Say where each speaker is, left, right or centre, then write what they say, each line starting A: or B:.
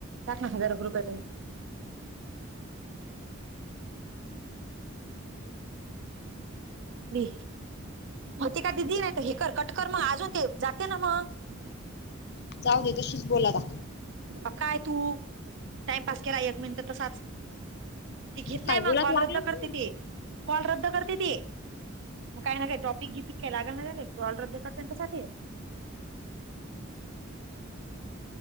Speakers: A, on the right; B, on the left.
A: टाक ना हजारो ग्रुप आहे तो. दे मग ते काय दिदी नाही हे कर कटकर मग अजून ते जाते ना मग?
B: जाऊ दे तशीच बोल आता.
A: म काय तू टाइमपास केला एक मिनिट तसाच. ते घेत नाही
B: काय बोलात
A: मग कॉल
B: लागलंच
A: रद्द करते
B: ना
A: ती, कॉल रद्द करते ते. मग काय न काय टॉपिक गिपिक केला ग म्हणे ते कॉल रद्द कर त्यांच्यासाठी.